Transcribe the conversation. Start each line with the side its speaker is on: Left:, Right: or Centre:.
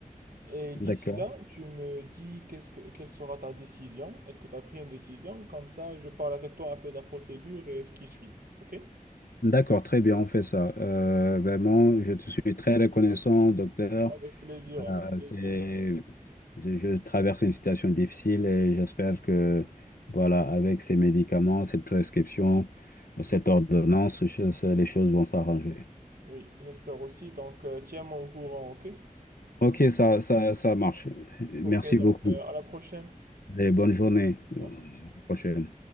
Right: Et d'ici
Left: D'accord.
Right: là, tu me dis qu'est-ce que, quelle sera ta décision? Est-ce que tu as pris une décision? Comme ça, je parle avec toi un peu de la procédure et ce qui suit. OK?
Left: D'accord, très bien, on fait ça. Euh, vraiment, je te suis très reconnaissant, docteur.
Right: Avec plaisir, avec
Left: Euh,
Right: plaisir.
Left: c'est, je je traverse une situation difficile et j'espère que, voilà, avec ces médicaments, cette prescription, cette ordonnance, je- les choses vont s'arranger.
Right: Oui, j'espère aussi. Donc, euh, tiens-moi au courant, OK?
Left: Ok, ça, ça, ça marche. Merci
Right: OK, donc
Left: beaucoup.
Right: euh, à la prochaine.
Left: Et bonne journée. À
Right: Merci.
Left: la prochaine.